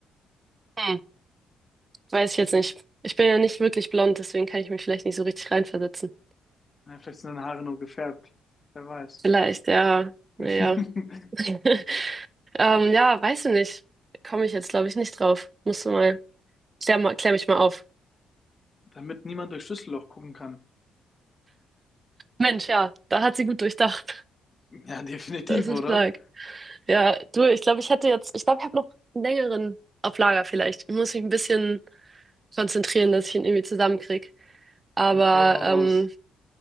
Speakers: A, on the right; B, on the left.
A: Hm, weiß ich jetzt nicht. Ich bin ja nicht wirklich blond, deswegen kann ich mich vielleicht nicht so richtig reinversetzen.
B: Na, vielleicht sind deine Haare nur gefärbt. Wer weiß.
A: Vielleicht, ja, naja.
B: <laughs>
A: <laughs> Ähm, ja, weiß ich nicht. Komme ich jetzt, glaube ich, nicht drauf. Musst du mal. Klär mal, klär mich mal auf.
B: Damit niemand durch Schlüsselloch gucken kann.
A: Mensch, ja, da hat sie gut durchdacht.
B: Ja, definitiv,
A: Das ist
B: oder?
A: stark. Ja, du, ich glaube, ich hätte jetzt, ich glaube, ich habe noch einen längeren auf Lager vielleicht. Ich muss mich ein bisschen konzentrieren, dass ich ihn irgendwie zusammenkrieg. Aber
B: Okay, hau
A: ähm,
B: raus.